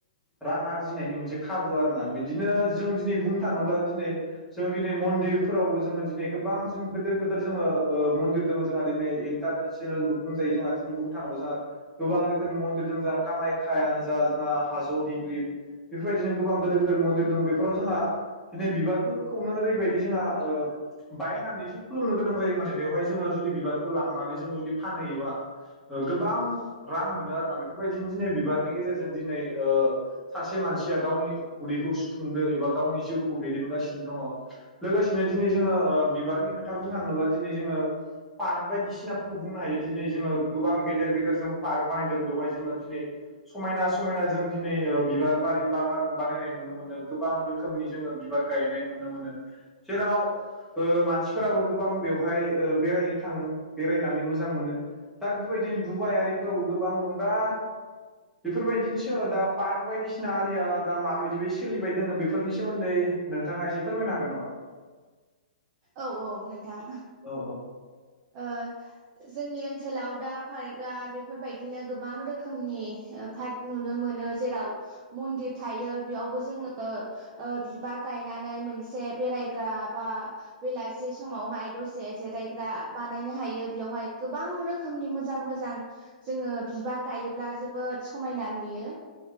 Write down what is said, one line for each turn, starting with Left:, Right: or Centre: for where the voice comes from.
Centre: रां आरजिनायनि मोनसे खाबु आरोना बिदिनो जों दिनै बुंनो थाङोब्ला दिनै जों दिनै मन्दिरफोरावबो जोङो दिनै गोबां गोदोर गोदोर जोङो ओ मन्दिर दङ जोंहा दिनै इन्टारनेसनेलबो बुंजायो जोंहा दिनै बुंनो थाङोबा जोंहा गोबां रोखोमनि मन्दिर दोङो जोंहा कामायखायानो जा जोंहा हाज हैग्रिब बेफोरबायदिनो गोबांद गो गिदिर गेदिर मन्दिर दं बेफोराव जोंहा दिनै बिबारफोर नो ओरैबायदि जोंहा बायनानैसो खुलुमनो गोनां जायो माने बेवहाय जोङो। जुदि बिबारखौ लांनानै जों जुदि फानहैयोबा गोबां रां मोनो आरोना बे बेफोरबायदिनो दिनै बिबारनि गेजेरजों दिनै ओ सासे मानसिया गावनि उदैखौ सुफुंदो एबा गावनि जिउखौ दैदेनगासिनो। दङ लोगोसेनो दिनै जोङो ओ बिबारनि खोथा बुंनो थाङोब्ला दिनै जोङो पार्क बायदिसिनाफोरखौ बुंनो हायो दिनै जोङो गोबां गेदेर गेदेर जों पार्क बानायदों बेवहाय जोङो दिनै समायना समायना जों दिनै बिबार बारि बागान बानायनाय नुनो मोनो गोबां रोखोमनि जोङो बिबार गायनाय नुनो मोनो जेराव ओ मानसिफोराबो गोबां बेवहाय बेरायनो थाङो बेरायनानै मोजां मोनो दा बेफोरबायदिनो दुबाइ आरिफोरावबो गोबां दं दा बेफोरबायदिनोसो दा पार्क बायदिसिना आरिया दा माबायदि बादि सोलिबाय दोङो बेफोरनि सोमोन्दै नोंथाङा एसे फोरमायनो हागोन नामा?
Right: औ-औ नोंथां।
Centre: औ
Right: ओह जोंनि ओनसोलाव दा पार्कआ बेफोरबायदिनो गोबां रोखोमनि पार्क नुनो मोनो जेराव मन्दिर थायो बेयावबो जोङो ओ बिबार गायनानै मोनसे बेरायग्रा बा बेलासे समावहाय दसे जिरायग्रा बानायनो हायो बेयावहाय गोबां रोखोमनि मोजां मोजां जोङो बिबार गायोब्ला जोबोद समायना नुयो।